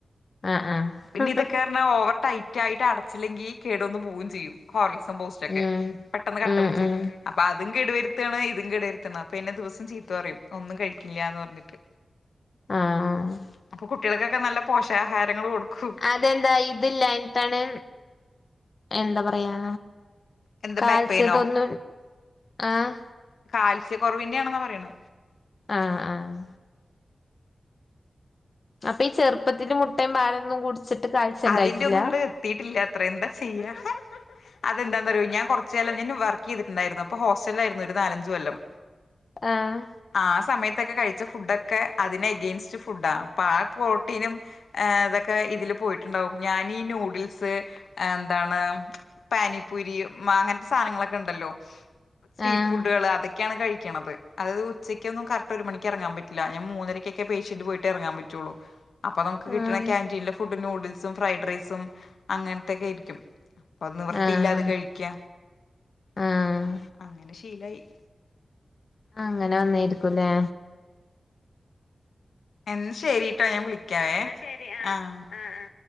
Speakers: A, on the left; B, on the left.
A: ആഹ് ആഹ്
B: പിന്നിതെക്കെ ന്നാ ഓവർ ടൈറ്റ് ആയിട്ട് അടച്ചില്ലെങ്കി കേട് വന്നു പൂവും ചെയ്യും ഹോർലിക്സും ബൂസ് റ്റൊക്കെ.
A: ഉം
B: പെട്ടെന്ന് കട്ട പിടിച്ചും.
A: ഉം ഉം
B: അ പ്പ അതും കേടുവരുത്താണ് ഇതും കേടുവരുത്താണ് അപ്പൊ എന്നെ ദിവസം ചീത്ത പറയും ഒന്നും കഴിക്കിൺല്ല്യാന്ന് പറഞ്ഞിട്ട്.
A: ആഹ് ആഹ്.
B: അപ്പൊ കുട്ടിയേൾക്കൊക്കെ നല്ല പോഷാഹാരങ്ങൾ കൊടുക്കൂ.
A: അതെന്താ ഇതില്ലായിട്ടാണ് എന്ത പറയാ?
B: എന്താ
A: കാൽസ്യ
B: ബാക്ക് പെയിനോ
A: തൊർന് ആഹ്
B: കാൽസ്യക്കൊറവിൻ്റെ യാണെന്നാ പറയ്ണ്.
A: ആഹ് ആഹ്. അപ്പൊ ഈ ചെറുപ്പത്തില് മുട്ടയും പാലൊന്നും കുടിച്ചിട്ട് കാഴ്ച ഉണ്ടായിട്ടില്ല
B: അതിന്റെ ഒന്നും ഇങ്ങട് എത്തീട്ടില്ലാ ത്രെ എന്താ ചെയ്യാ. അതെന്താന്നറിയോ ഞാൻ കൊറച്ച് കാലം ഞാൻ വർക്ക് ചെയ്തിട്ടുണ്ടായിരുന്നു. അ പ്പൊ ഹോസ്റ്റലിലായിരുന്നു ഒരു നാലഞ്ച് കൊല്ലം.
A: ആഹ്.
B: ആ സമയത്തൊക്കെ കഴിച്ച ഫുഡൊക്കെ അതിനെ എഗെയിൻസ്റ്റ് ഫുഡാ അപ്പ ആ പോ ട്ടിനും ഏഹ് ഇതൊക്കെ ഇതിൽ പോയിട്ടുണ്ടാവും. ഞാനീ നൂഡിൽസ് ഏന്താണ്, പാനിപ്പൂരി മാ അങ്ങൻത്തെ സാനങ്ങളൊക്കെണ്ടല്ലോ. സ്ട്രീറ്റ്
A: ആഹ്
B: ഫുഡേള് അതൊക്കെയാണ് കഴിക്ക്ണത്. അതായത് ഉച്ചക്കൊന്നും കറക്റ്റ് ഒരു മണിക്കെറങ്ങാൻ പറ്റി ല്ല ഞാൻ മൂന്നരയ്ക്കൊക്കെ പേഷ്യന്റ് പോയിട്ട് എറങ്ങാൻ പറ്റൊള്ളൂ. അപ്പൊ നമുക്ക് കിട്ട്ണ
A: ആഹ്
B: ക്യാന്റീനിലെ ഫുഡും നൂഡിൽസും ഫ്രൈഡ് റൈസും അങ്ങനത്തെക്കെ ആയിരിക്കും. അപ്പത് നിവർത്തിയില്ലാതെ
A: ആഹ്
B: കഴിക്ക്യ.
A: ആഹ്
B: അങ്ങനെ ശീലായി.
A: അങ്ങനെ വന്നേര്ക്കുല്ലേ?
B: എന്ന ശരിട്ടോ ഞാൻ വിളിക്കാവേ ശരി ആഹ് ആഹ്.